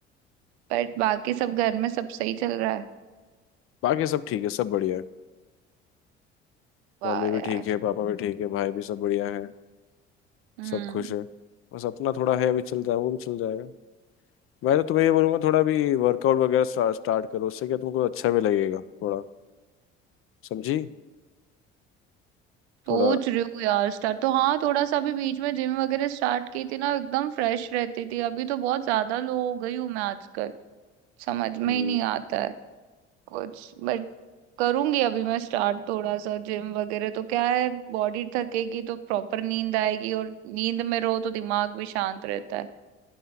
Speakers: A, on the right (about 70°); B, on the left (about 40°).
A: बट बाकी सब घर में सब सही चल रहा है
B: बाकी सब ठीक है सब बढ़िया है
A: वाह
B: मम्मी भी
A: यार
B: ठीक है पापा भी ठीक है भाई भी सब बढ़िया है
A: हम्म
B: सब खुश है बस अपना थोड़ा है अभी चल जाए वो भी चल जाएगा मैं तो तुम्हें ये बोलूंगा थोड़ा भी वर्कआउट वगैरह स्टार्ट स्टार्ट करो उससे क्या तुमको अच्छा भी लगेगा थोड़ा समझी
A: सोच
B: थोड़ा
A: रही हूँ यार स्टार्ट तो हाँ थोड़ा सा अभी बीच में जिम वगैरह स्टार्ट की थी ना एकदम फ्रेश रहती थी अभी तो बहुत ज्यादा लो हो गई हूँ मैं आजकल समझ में
B: हम्म,
A: ही नहीं आता है कुछ बट करूंगी अभी मैं स्टार्ट थोड़ा सा जिम वगैरह तो क्या है बॉडी थकेगी तो प्रॉपर नींद आएगी और नींद में रहो तो दिमाग भी शांत रहता है